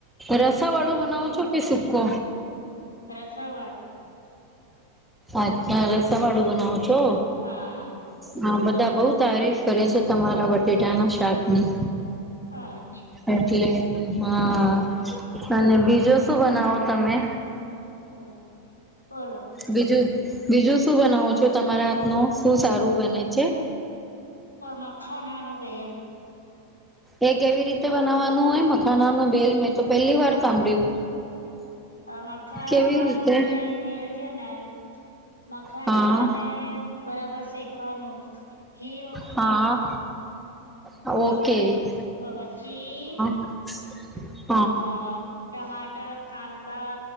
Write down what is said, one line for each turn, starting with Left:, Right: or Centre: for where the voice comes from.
Centre: રસા વાળો બનાવો છો કે સુકો.
Left: રસાવાળ.
Centre: અચ્છા રસ વાળું બનાવો છો.
Left: હા.
Centre: હા બધા બઉ તારીફ કરે છે તમારા બટેટાના શાક ની.
Left: હા.
Centre: એટલે હા
Left: હા
Centre: અને બીજો શું બનાવો તમે.
Left: અ પલ
Centre: બીજું બીજું શું બનાવો છો તમારા હાથ નું શું સારું બને છે.
Left: મખાના નો ભેલ.
Centre: એ કેવી રીતે બનાવવાનું હોય મખાનાનું બેલ મેં તો પહેલી વાર સાંભળ્યું.
Left: આ મખાનાનો
Centre: કેવી રીતે
Left: ભેલ છે ને મખાનાને
Centre: હા
Left: બરાબર શેકવાનું. ઘી રોસ્ટ
Centre: હા
Left: કરવાનું
Centre: ઓકે
Left: ઠીક હે હ પછી
Centre: <inaudible>
Left: અહ ટમાટર કાંતા